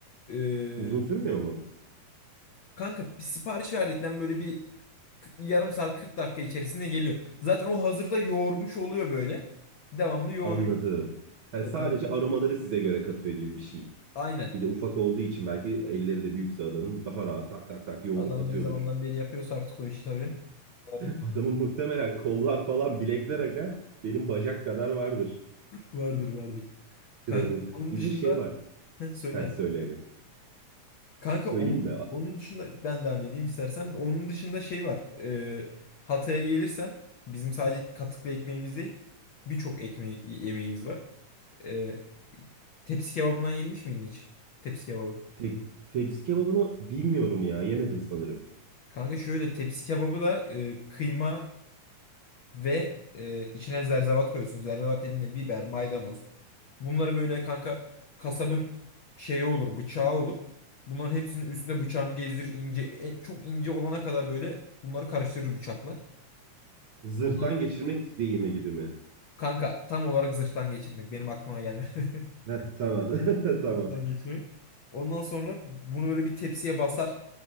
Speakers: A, on the left; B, on the right.
A: Ee,
B: uzun sürmüyor mu?
A: kanka bir sipariş verdikten böyle bir k- yarım saat 40 dakika içerisinde geliyor. Zaten o hazırda yoğurmuş oluyor böyle. Devamlı yoğuruyor.
B: Anladım. Ha,
A: Ee,
B: sadece aromaları size göre katıyor gibi bir şey.
A: aynen.
B: Bir de ufak olduğu için belki elleri de büyükse adamın daha rahat tak tak tak yoğurup
A: Adam
B: atıyordur.
A: ne zamandan beri yapıyorsa artık o işi tabii. Varın-
B: Adamın muhtemelen kollar falan bilekler aga benim bacak kadar vardır
A: Vardır vardır.
B: kralın.
A: Kanka onun
B: Bir
A: dışında
B: de şey var.
A: Heh, söyle.
B: Ha söyle aga.
A: Kanka
B: Söyleyeyim
A: onun
B: mi?
A: onun dışında ben devam edeyim istersen. Onun dışında şey var. Ee, Hatay'a gelirsen bizim sadece katıklı ekmeğimiz değil birçok ekmeği yemeğimiz var. Ee, tepsi kebabından yenmiş miydin hiç? Tepsi kebabı.
B: Te- tepsi kebabını bilmiyorum ya. Yemedim sanırım.
A: Kanka şöyle tepsi kebabı da e, kıyma ve e, içine zerzevat koyuyorsun. Zerzevat dediğinde biber, maydanoz. Bunları böyle kanka kasabın şeyi olur, bıçağı olur. Bunların hepsinin üstüne bıçağını gezdirir ince, e, çok ince olana kadar böyle bunları karıştırır bıçakla.
B: Zırhtan
A: Ondan sonra-
B: geçirmek deyimi gibi mi?
A: kanka tam olarak zırhtan geçirmek benim aklıma gelmedi. <laughs>
B: Heh, tamam. <laughs> Tamam.
A: Zırhtan geçirmek. Ondan sonra bunu böyle bir tepsiye basar